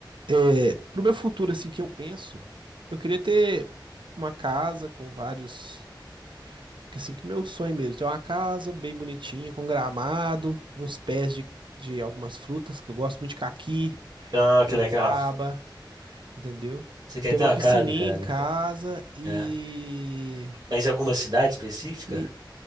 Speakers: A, on the right; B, on the right.
A: é, pro meu futuro, assim, que eu penso, eu queria ter uma casa com vários, que, assim, que meu sonho mesmo, ter uma casa bem bonitinha, com gramado, uns pés de, de algumas frutas, que eu gosto muito de caqui,
B: Ah,
A: goiaba.
B: que legal.
A: entendeu?
B: Você quer
A: Ter
B: ter
A: uma
B: uma
A: piscininha
B: casa, cara?
A: em casa e,
B: É. Mas em alguma cidade específica?
A: e